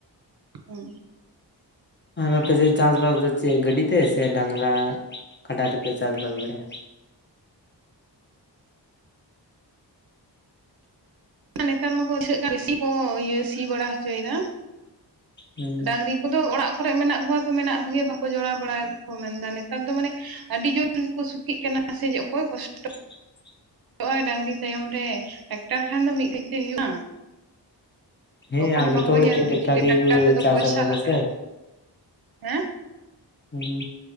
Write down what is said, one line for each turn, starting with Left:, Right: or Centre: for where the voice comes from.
Right: ᱩᱸ
Left: ᱟᱨ ᱟᱯᱮ ᱥᱮᱫ ᱪᱟᱥ ᱵᱟᱥ ᱫᱚ ᱪᱮᱫ ᱜᱟᱹᱰᱤ ᱛᱮ ᱥᱮ ᱰᱟᱝᱨᱟ ᱠᱟᱰᱟ ᱛᱮ ᱯᱮ ᱪᱟᱥ ᱵᱟᱥ ᱵᱟᱲᱟᱭᱟ
Right: ᱟᱨ ᱱᱮᱛᱟᱨ ᱢᱟᱠᱚ ᱫᱤᱥᱟᱹ ᱠᱟᱱ ᱵᱮᱥᱤ ᱠᱚ ᱤᱭᱟᱹ ᱥᱤ ᱵᱟᱲᱟ ᱦᱚᱪᱚᱭᱮ ᱫᱟ
Left: ᱦᱩᱸ
Right: ᱰᱟᱝᱨᱤ ᱩᱱᱠᱩ ᱫᱚ ᱚᱲᱟᱜ ᱠᱚ ᱨᱮ ᱢᱮᱱᱟᱜ ᱠᱚᱣᱟ ᱛᱚ ᱢᱮᱱᱟᱜ ᱠᱚᱜᱮᱭᱟ ᱵᱟᱠᱚ ᱡᱚᱲᱟᱣ ᱵᱟᱲᱟᱭ ᱫᱟ ᱠᱚ ᱢᱮᱱᱫᱟ ᱱᱮᱛᱟᱨ ᱫᱚ ᱢᱟᱱᱮ ᱟᱹᱰᱤ ᱡᱳᱨ <unintelligible> ᱥᱩᱠᱷᱤᱜ ᱠᱟᱱᱟ ᱡᱮ ᱥᱮ ᱚᱠᱚᱭ ᱠᱚᱥᱴᱚᱜ
Left: <unintelligible>
Right: <unintelligible> ᱰᱟᱝᱨᱤ ᱛᱟᱭᱚᱢ ᱨᱮ ᱴᱮᱠᱴᱟᱨ ᱠᱷᱟᱱ ᱫᱚ ᱢᱤᱫ ᱜᱷᱟᱹᱲᱤᱡ ᱛᱮ ᱦᱩᱭᱩᱜᱼᱟ
Left: ᱦᱮᱸ
Right: ᱛᱚ ᱚᱠᱚᱭ
Left: ᱟᱨ
Right: ᱦᱚᱸ
Left: ᱡᱚᱛᱚ
Right: ᱵᱟᱠᱚ
Left: ᱦᱚᱲ
Right: ᱧᱮᱞ
Left: ᱮᱱᱛᱮᱫ
Right: ᱫᱟ ᱡᱮ
Left: ᱛᱮᱜᱮ
Right: ᱴᱮᱠᱴᱟᱨ
Left: ᱠᱚ
Right: ᱛᱮ ᱫᱚ
Left: ᱪᱟᱥ
Right: ᱯᱚᱭᱥᱟ
Left: ᱟᱵᱟᱫᱟ
Right: ᱞᱟᱜᱟᱜᱼᱟ
Left: ᱥᱮ
Right: ᱦᱮᱸ
Left: ᱦᱩᱸ